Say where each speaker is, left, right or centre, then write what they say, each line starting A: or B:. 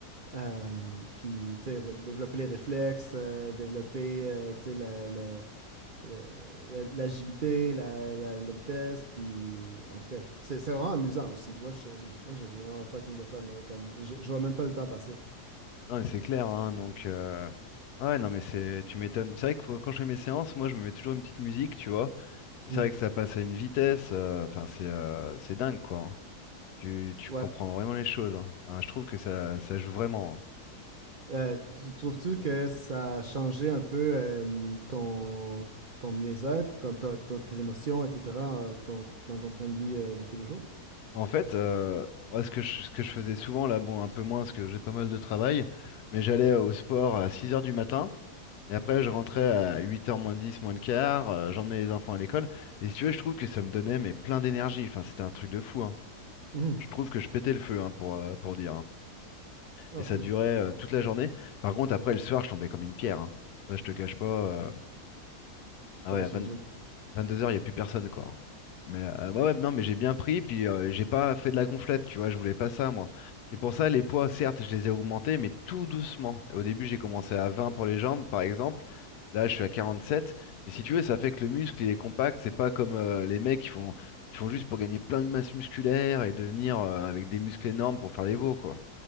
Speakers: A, on the right; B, on the left.
A: Euh, puis, tu sais, re- développer les réflexes, euh, développer, euh, tu sais, la- la- la- l'agilité, la, la- la vitesse. Puis, en tout cas, c'est c'est vraiment amusant aussi. Moi, je- je- moi, j'ai vraiment fucking de fun. là, comme, je, je vois même pas le temps passer.
B: non, mais c'est clair. hein, donc, euh, ouais, non, mais c'est, tu m'étonnes. C'est vrai que quand je fais mes séances, moi, je me mets toujours une petite musique, tu vois. Et
A: Hmm.
B: c'est vrai que ça passe à une vitesse. euh, Enfin, c'est, euh, c'est dingue, quoi. hein. Tu, tu
A: Ouais.
B: comprends vraiment les choses. hein. Enfin, je trouve que ça, ça joue vraiment. hein.
A: Euh, tu trouves-tu que ça a changé un peu euh, ton, ton mieux-être, comme ta- ta- tes émotions, etc., euh, ton- dans ton train de vie euh, de tous les jours?
B: En fait, euh, moi, ce que je, ce que je faisais souvent, là, bon, un peu moins, parce que j'ai pas mal de travail, mais j'allais au sport à 6 heures du matin. Et après, je rentrais à huit heures moins 10 moins le quart, euh, j'emmenais les enfants à l'école. Et si tu veux, je trouve que ça me donnait mais plein d'énergie. Enfin, c'était un truc de fou, hein.
A: Mhm.
B: Je trouve que je pétais le feu, hein, pour, euh, pour dire. hein.
A: Ah,
B: Et ça
A: cool.
B: durait euh, toute la journée. Par contre, après, le soir, je tombais comme une pierre. hein. Ça, je te cache pas. euh, Ah
A: Ouais,
B: ouais, à
A: j'imagine.
B: 20 22h, il n'y a plus personne, quoi. Mais euh, ouais, ouais, non, mais j'ai bien pris, puis euh, j'ai pas fait de la gonflette, tu vois, je voulais pas ça, moi. C'est pour ça, les poids, certes, je les ai augmentés, mais tout doucement. Et au début, j'ai commencé à 20 pour les jambes, par exemple. Là, je suis à 47. Mais si tu veux, ça fait que le muscle, il est compact. C'est pas comme euh, les mecs qui font, qui font juste pour gagner plein de masse musculaire et devenir euh, avec des muscles énormes pour faire les veaux, quoi.